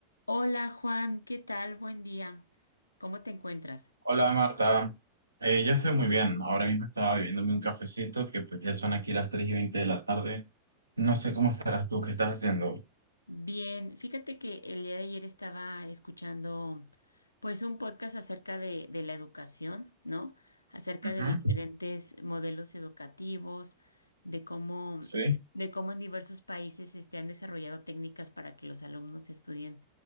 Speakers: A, on the left; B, on the right.
A: Hola Juan, ¿qué tal? Buen día. ¿Cómo te encuentras?
B: Hola Marta, Eh, yo estoy muy bien. Ahora mismo estaba bebiéndome un cafecito que pues ya son aquí las 3 y 20 de la tarde. No sé cómo estarás tú, ¿qué estás haciendo?
A: Bien, fíjate que el día de ayer estaba escuchando pues un podcast acerca de, de la educación, ¿no? Acerca
B: Ujú,
A: de diferentes modelos educativos, de cómo,
B: Sí,
A: de cómo en diversos países este, han desarrollado técnicas para que los alumnos estudien